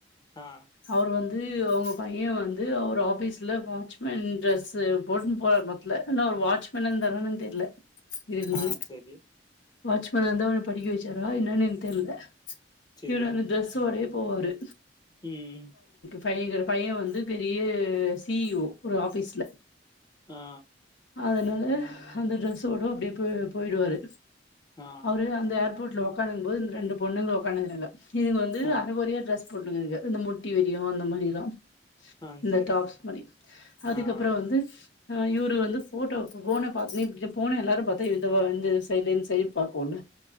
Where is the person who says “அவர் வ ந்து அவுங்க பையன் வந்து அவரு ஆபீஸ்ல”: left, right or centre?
Left